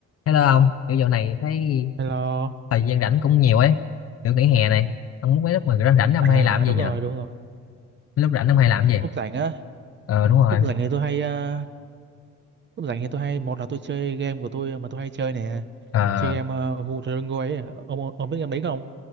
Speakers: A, on the left (about 50°); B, on the right (about 35°).
A: Hello ông, kiểu dạo này thấy
B: Hello.
A: thời gian rảnh cũng nhiều ấy, kiểu nghỉ hè này, ông muốn mấy lúc mà rảnh rảnh ông
B: À
A: hay làm gì
B: đúng
A: nhỉ?
B: rồi, đúng rồi.
A: Mấy lúc rảnh ông hay làm gì?
B: Lúc rảnh á,
A: Ờ đúng rồi,
B: lúc rảnh thì tôi hay ờ, lúc rảnh thì tôi hay một là tôi chơi game của tôi mà tôi hay chơi nè.
A: ờ,
B: Chơi game uh, Who the Go ấy. Ông ông biết game đấy không?